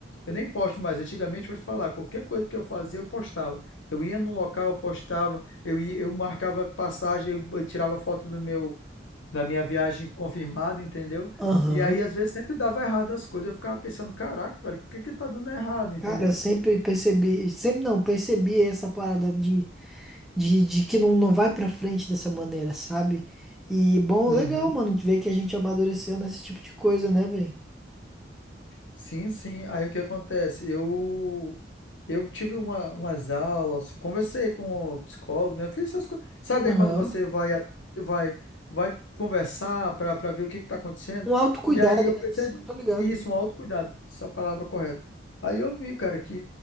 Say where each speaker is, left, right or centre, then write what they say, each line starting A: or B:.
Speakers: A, on the left; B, in the centre.
A: eu nem posto mais. Antigamente eu vou te falar, qualquer coisa que eu fazia, eu postava. Eu ia no local, eu postava, eu ia, eu marcava passagem, eu tirava foto do meu da minha viagem confirmada, entendeu?
B: Aham.
A: E aí às vezes sempre dava errado as coisas, eu ficava pensando, caraca, velho, por que que tá dando errado, entendeu?
B: Cara, sempre percebi, sempre não, percebi essa parada de De, de que não, não vai pra frente dessa maneira, sabe? E bom,
A: Uhum.
B: legal, mano, de ver que a gente amadureceu nesse tipo de coisa, né, velho?
A: Sim, sim. Aí o que acontece? Eu eu tive uma, umas aulas, conversei com o psicólogo, né? Fiz essas coisas. Sabe
B: Aham.
A: quando você vai a- vai vai conversar para para ver o que está acontecendo?
B: Um autocuidado,
A: E aí eu
B: né?
A: percebi
B: Sim, tô ligado.
A: isso, um autocuidado, essa palavra correta. Aí eu vi, cara, que